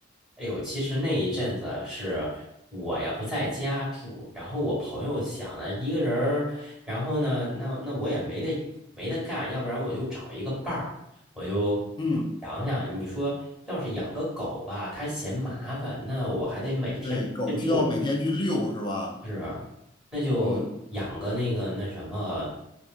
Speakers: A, in the centre; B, on the left (about 25°).
A: 哎呦，其实那一阵子是我呀不在家住，然后我朋友想了一个人儿，然后呢，那那我也没得没得干，要不然我就找一个伴儿，我就
B: 嗯，
A: 想想，你说要是养个狗吧，它嫌麻烦，那我还得每天去遛
B: 对，狗需要每天去遛是吧？
A: 是啊，那就养个那个那什么，
B: 嗯，